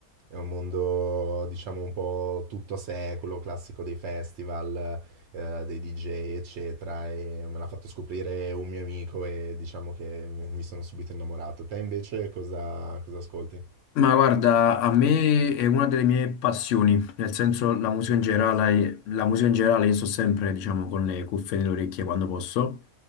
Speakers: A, on the right (about 65°); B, on the left (about 65°).
A: È un mondo, diciamo, un po' tutto secolo, classico dei festival, eh, dei DJ, eccetera, e me l'ha fatto scoprire un mio amico e diciamo che mi mi sono subito innamorato. Te invece cosa, cosa ascolti?
B: Ma guarda, a me è una delle mie passioni, nel senso la musica in generale, la musica in generale io sto sempre, diciamo, con le cuffie nelle orecchie quando posso